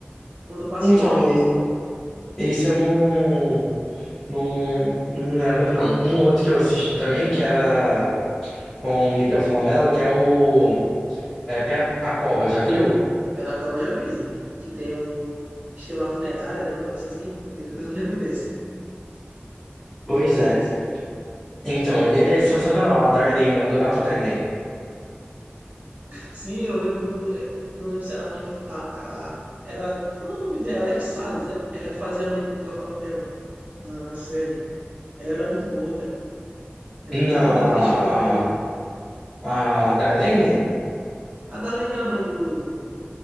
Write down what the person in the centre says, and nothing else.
Então,
e-
esse eu não, não, não lembro, não. Um outro que eu assisti também, que era com o Miguel Falabella, que é o é, Pé na Cova, já viu?
Pois
é.
Então, ele é sensacional. A Darlene, eu adorava a Darlene.
Não,
a,
a, a Darlene?